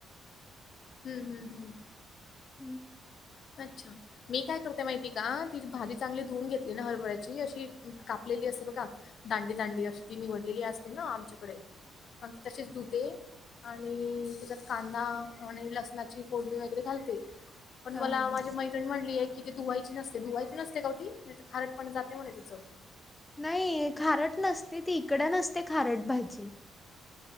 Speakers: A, on the left; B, on the left.
A: हम्म हम्म हम्.
B: हम्.
A: अच्छा. मी काय करते माहिती आय का तिची भाजी चांगली धुवून घेतली ना हरभऱ्याची अशी कापलेली असते बगा दांडी दांडी अशी ती निवडलेली असते ना आमच्याकडे अन् ती तशीच धुते. आणि त्याच्यात कांदा आणि लसणाची फोडणी वगैरे घालते. पण
B: हा
A: मला
B: हा हा
A: माझी मैत्रणी म्हणली ए की ती धुवायची नसते धुवायची नसते का ओ ती नाय तर खारट पण जाते म्हणे तिचं.
B: नाइ खारट नसते ती इकडं नसते खारट भाजी.